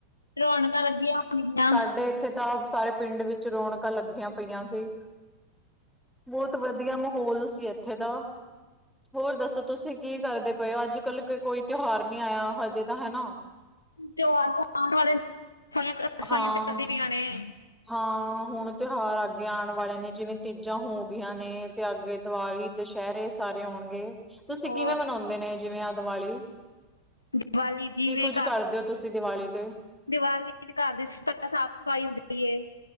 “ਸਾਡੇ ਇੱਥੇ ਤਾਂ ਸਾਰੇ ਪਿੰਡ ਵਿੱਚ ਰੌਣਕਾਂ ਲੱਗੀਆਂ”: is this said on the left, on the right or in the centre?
Centre